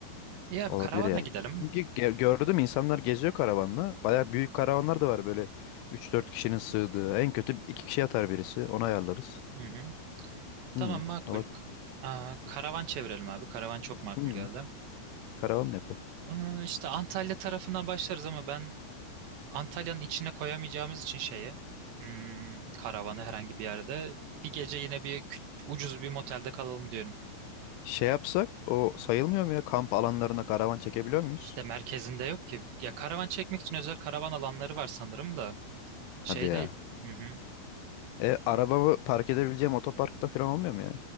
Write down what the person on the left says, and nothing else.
Olabilir
yani.
Çünkü ge- gördüm insanlar geziyor karavanla. Baya büyük karavanlar da var böyle Üç dört kişinin sığdığı. En kötü 2 kişi yatar birisi. Onu ayarlarız.
Hmm,
olabilir.
Hmm,
karavan yapalım.
Şey yapsak o sayılmıyor mu ya? Kamp alanlarına karavan çekebiliyor muyuz?
Hadi ya.
E arabamı park edebileceğim otoparkta falan olmuyor mu ya?